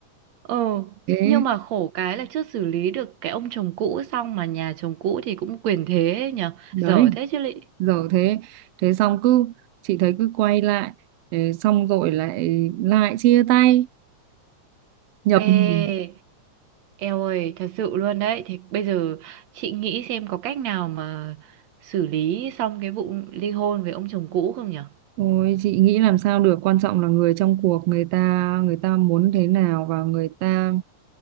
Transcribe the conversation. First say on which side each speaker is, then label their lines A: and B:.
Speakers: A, on the right; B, on the right.
A: Ừ,
B: thế
A: nhưng mà khổ cái là chưa xử lý được cái ông chồng cũ xong mà nhà chồng cũ thì cũng quyền thế ấy nhở,
B: đấy
A: dở thế chứ lị.
B: giờ thế thế xong cứ chị thấy cứ quay lại thế xong rồi lại lại chia tay nhập
A: Ê,
B: nhằng.
A: eo ơi, thật sự luôn đấy. Thì bây giờ chị nghĩ xem có cách nào mà xử lý xong cái vụ ly hôn với ông chồng cũ không nhở?
B: ôi chị nghĩ làm sao được quan trọng là người trong cuộc người ta người ta muốn thế nào và người ta